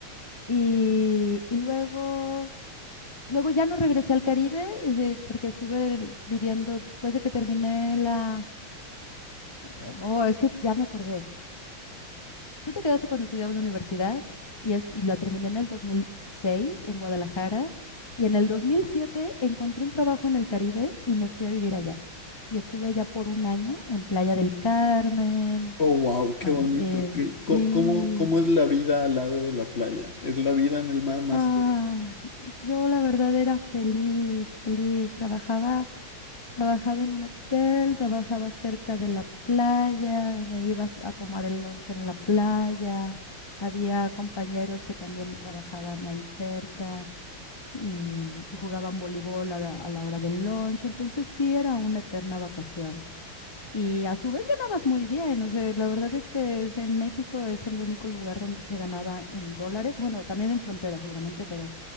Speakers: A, on the left; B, on the left.
A: y, y luego, luego ya no regresé al Caribe eh, porque estuve viviendo después de que terminé la... eh, Oh, es que ya me acordé. Tú te quedaste cuando estudiaba en la universidad y, es, y la terminé en el 2006 en Guadalajara y en el 2007 encontré un trabajo en el Caribe y me fui a vivir allá. Y estuve allá por un año en Playa del Carmen.
B: Oh, wow, qué
A: Bueno,
B: bonito.
A: eh,
B: ¿Qué-
A: sí.
B: co- cómo, cómo es la vida al lado de la playa? ¿Es la vida en el mar más
A: Ah,
B: sabrosa?
A: yo la verdad era feliz, feliz. Trabajaba, trabajaba en un hotel, trabajaba cerca de la playa, me ibas a tomar el lunch en la playa. Había compañeros que también trabajaban ahí cerca y, y jugaban voleibol a la, a la hora del lunch. Entonces sí era una eterna vacación. Y a su vez ganabas muy bien. O sea, la verdad es que es- en México es el único lugar donde se ganaba en dólares. Bueno, también en frontera seguramente, pero